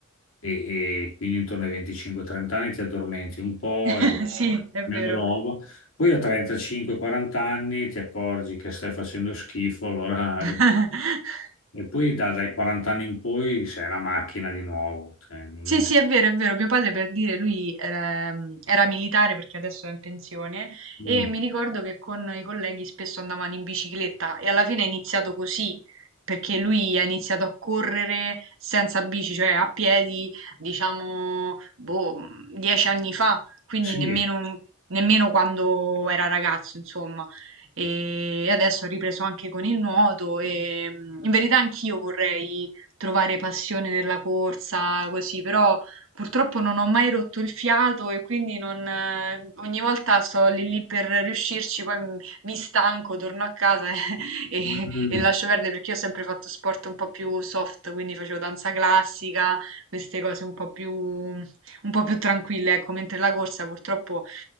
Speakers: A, on the left; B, on the right.
A: e, e quindi intorno ai 25-30 anni ti addormenti un po'
B: <laughs>
A: e
B: sì, è
A: meno
B: vero.
A: roba poi a 35-40 anni ti accorgi che stai facendo schifo, allora ripari.
B: <laughs>
A: E poi da- dai 40 anni in poi sei una macchina di nuovo. cioè, non
B: Sì,
A: ti-
B: sì, è vero, è vero. Mio padre per dire lui era, era militare perché adesso è in pensione
A: Mm,
B: e mi ricordo che con i colleghi spesso andavano in bicicletta e alla fine è iniziato così perché lui ha iniziato a correre senza bici, cioè a piedi, diciamo, boh, dieci anni fa, quindi
A: Sì,
B: nemmeno, nemmeno quando era ragazzo, insomma. E adesso ha ripreso anche con il nuoto e mm, in verità anch'io vorrei trovare passione nella corsa, così, però purtroppo non ho mai rotto il fiato e quindi non, eh, ogni volta sto lì lì per riuscirci, poi mi mi stanco, torno a casa <laughs> e,
A: Mm,
B: e e lascio perdere perché io ho sempre fatto sport un po' più soft, quindi facevo danza classica, queste cose un po' più, un po' più tranquille, ecco, mentre la corsa purtroppo